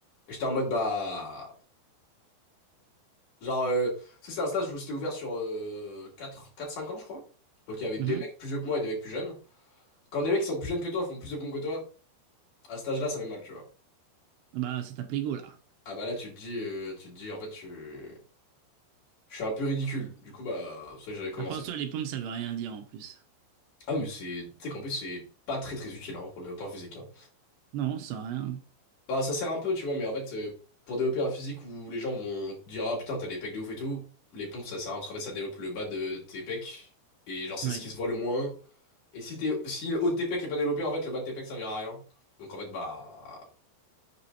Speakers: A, on the left; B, on the right.
A: Et j'étais en mode, bah... Genre, euh, tu sais, c'est un stage où c'était ouvert sur euh, quatre quatre cinq ans, je crois. Donc il y avait
B: Mhm.
A: des mecs plus vieux que moi et des mecs plus jeunes. Quand des mecs qui sont plus jeunes que toi font plus de pompes que toi, à cet âge-là, ça fait mal, tu vois.
B: Bah, ça tape l'ego, là.
A: Ah bah là, tu te dis, euh, tu te dis, en fait, tu... je suis un peu ridicule. Du coup, bah, c'est pour ça que j'avais commencé.
B: Après, en soi, les pompes, ça veut rien dire, en plus.
A: Ah oui, mais c'est... Tu sais qu'en plus, c'est pas très très utile hein, pour le point physique. hein.
B: Non, ça a rien.
A: Bah, ça sert un peu, tu vois, mais en fait, euh, pour développer un physique où les gens vont te dire, ah putain, t'as des pecs de ouf et tout, les pompes, ça sert à rien, parce qu'en fait, ça développe le bas de tes pecs, et genre, c'est
B: Ouais.
A: ce qui se voit le moins. Et si t'es, si le haut de tes pecs est pas développé, en fait, le bas de tes pecs servira à rien. Donc, en fait, bah.